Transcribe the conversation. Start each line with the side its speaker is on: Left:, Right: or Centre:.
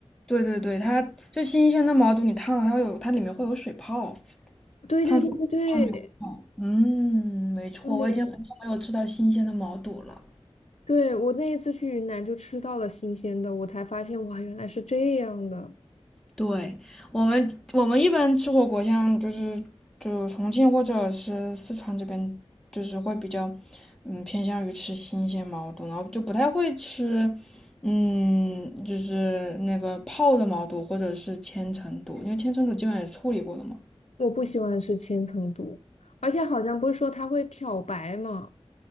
Centre: 对对对，它就新鲜的毛肚，你烫了它会有它里面会有水泡。
Left: 对对对对对。
Centre: 碳水碳水化牛肉嗯，没错，
Left: 对
Centre: 我已经很久没有吃到新鲜的毛肚了。
Left: 对，我那一次去云南就吃到了新鲜的，我才发现哇，原来是这样的。
Centre: 对，我们我们一般吃火锅，像就是就重庆或者是四川这边，就是会比较嗯偏向于吃新鲜毛肚，然后就不太会吃嗯就是那个泡的毛肚或者是千层肚，因为千层肚基本上也处理过的嘛。
Left: 我不喜欢吃千层肚，而且好像不是说它会漂白嘛？